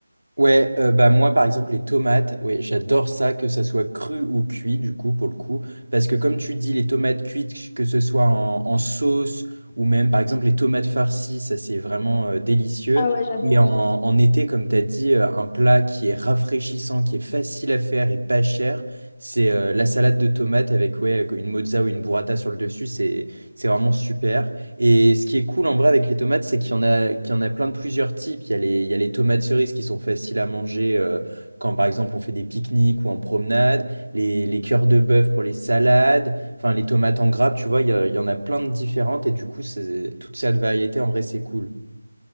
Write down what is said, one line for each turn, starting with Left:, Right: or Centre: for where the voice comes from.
Right: Ouais, euh, bah moi par exemple les tomates, ouais, j'adore ça, que ça soit cru ou cuit du coup pour le coup, parce que comme tu dis les tomates cuites, que ce soit en, en sauce ou même par exemple les tomates farcies, ça c'est vraiment euh, délicieux.
Left: Ah ouais, j'adore.
Right: Et en, en été, comme tu as dit, euh, un plat qui est rafraîchissant, qui est facile à faire et pas cher, c'est euh, la salade de tomates avec ouais, une mozza ou une burrata sur le dessus, c'est c'est vraiment super. Et ce qui est cool en vrai avec les tomates, c'est qu'il y en a, qu'il y en a plein de plusieurs types. Il y a les, il y a les tomates cerises qui sont faciles à manger euh, quand par exemple on fait des pique-niques ou en promenade, les, les cœurs de bœuf pour les salades, enfin les tomates en grappe, tu vois, il y, a- il y en a plein de différentes et du coup, c'est- toute cette variété en vrai, c'est cool.